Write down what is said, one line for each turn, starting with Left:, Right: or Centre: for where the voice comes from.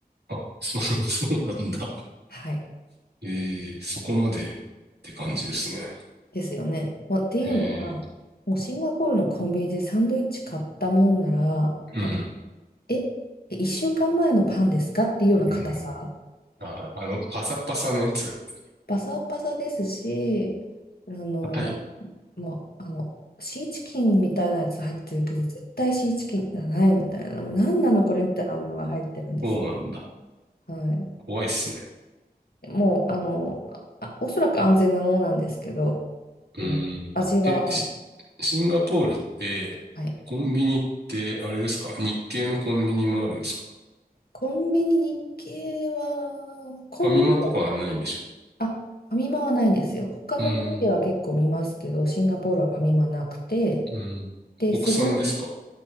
Right: あ、そう、<laughs> そうなんだ。
Left: はい。
Right: えーそこまでって感じですね。
Left: ですよね。まあ、っていうのは、
Right: えー
Left: もうシンガポールのコンビニでサンドイッチ買ったもんなら、
Right: うん、
Left: なんか、え、1週間前のパンですかっていうような硬さ。
Right: うん、うん。あ、あの、パサパサのやつ。
Left: パサパサですし、あの、
Right: 硬い。
Left: なんか、まああの、シーチキンみたいなやつ入ってるけど、絶対シーチキンじゃないみたいな、もう何なのこれみたいなものが入ってるんです。
Right: そうなんだ。
Left: はい。
Right: 怖いっすね。
Left: もう、あの、あ、あおそらく安全なものなんですけど、
Right: うーん。
Left: もう、味は、
Right: え、
Left: もう、
Right: シシンガポールって、
Left: はい。
Right: コンビニって、あれですか日系のコンビニもあるんですか
Left: コンビニ日系は、コンビニは、
Right: ファミマとかはないんでしょ
Left: あ、ファミマはないんですよ。他の国では結構見ますけど、
Right: うーん。
Left: シンガポールはファミマなくて、
Right: うん。
Left: で、
Right: 国産ですか
Left: セブン、